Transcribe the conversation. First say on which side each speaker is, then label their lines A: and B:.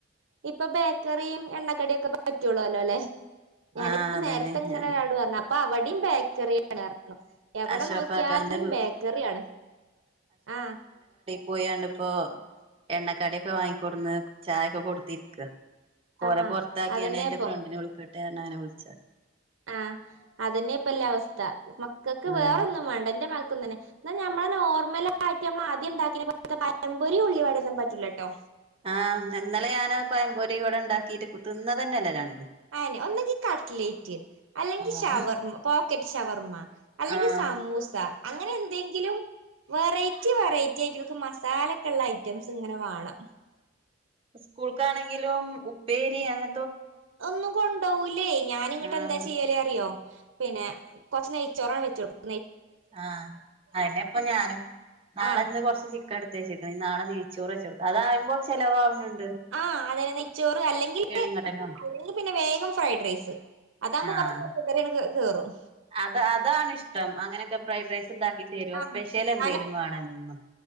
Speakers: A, on the right; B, on the right.
A: ഇപ്പൊ ബേക്കറിയും എണ്ണക്കടിയും ഒക്കെ പറ്റുള്ളുല്ലോ അല്ലേ. ഞാനിപ്പോ
B: ആഹ് അതന്നെ
A: നേരത്തെങ്ങനെരാട്
B: ഞാന്
A: പറഞ്ഞ് അപ്പൊ അവിടെയും ബേക്കറി ആണ് റഞ്ഞ. എവിടെ
B: അഷ്റഫാക്കാന്റെ
A: നോക്കിയാലും ബേക്കറി ആണ്. ആഹ്
B: പോയണ്ട് ഇപ്പോ എണ്ണക്കടിക്കെ വാങ്ങിക്കൊടുന്ന് ചായൊക്കെ കൊടുത്തിരിക്കാ. പോനെ
A: ആ
B: പൊറത്താക്കിയാണെ
A: അതന്നെപ്പൊ
B: അയിന്റെ ഫ്രണ്ടിനെ വിളിക്കട്ടെ ആര അങ്ങനെ വിളിച്ച
A: ആഹ് അതന്നെ ഇപ്പല്ല അവസ്ഥ മക്കൾക്ക്
B: ആഹ്
A: വേറൊന്നും വേണ്ട. എന്റെ മ ഞമ്മളെ നോർമലായിട്ട് ഞമ്മള് ആദ്യം ഉണ്ടാക്കിനത്തെ പഴമ്പൊരി ഉള്ളിവടെയൊന്നും പറ്റൂല കേട്ടോ.
B: ആഹ് ഇന്നലെ ഞാന് പയംപൊരി വട ഉണ്ടാക്കിട്ട് തിന്ന തന്നെയല്ലേ രണ്ടും.
A: ആനെ ഒന്നങ്കി കട്ട്ലേറ്റ് അല്ലെങ്കിൽ
B: ആഹ്
A: ഷവർമ പോക്കറ്റ് ഷവർമ്മ അല്ലെങ്കിൽ
B: ആഹ്
A: സമൂസ. അങ്ങനെ എന്തെങ്കിലും വെറൈറ്റി വെറൈറ്റി ആയിട്ട്ക്ക് മസാല ഐറ്റംസ് ഇങ്ങനെ വേണം
B: സ്കൂൾക്കാണെങ്കിലും ഉപ്പേരി അങ്ങന
A: ഒന്നും കൊണ്ടോല്ലേ ഞാാന ഇങ്ങട്ട്
B: ആഹ്
A: എന്താ ചെയ്യാലേ അറിയോ പിന്നെ കൊറച്ച് നെയ്ച്ചോറ് അങ്ങോട്ടവെച്ചുടുക്കും
B: ആഹ അതന്നെഇപ്പ ഞാനും നാളെന്ന്
A: ആഹ്
B: കൊറച്ച്.. അടുത്തേച്ചേക്കണ നാളെെയ്ച്ചൂറ് വച്ച കൊടുക്ക അതായുമ്പോ ചിലവണണ്ട്
A: ആഹ അതെ നെയച്ചോറ് അല്ലെങ്കിൽ
B: ഇങ്ങട്ടെന്നെ കൊണ്ടരും
A: അല്ലങ്ക പിന്നെ വേഗം ഫ്രൈഡ് റൈസ് അതാകുമ്പോൾ
B: ആഹ്
A: കുറച്ച് പച്ചക്കറിയണ്ട് കേറും.
B: അത് അതാാണ് ഇഷ്ടം അങ്ങനെയൊക്കെ ഫ്രൈഡ് റൈസ് ഇണ്ടാക്കി തരോ
A: ആ
B: സ്പെഷ്യൽ എന്തേലും
A: ഞൻ
B: വേണം എന്നും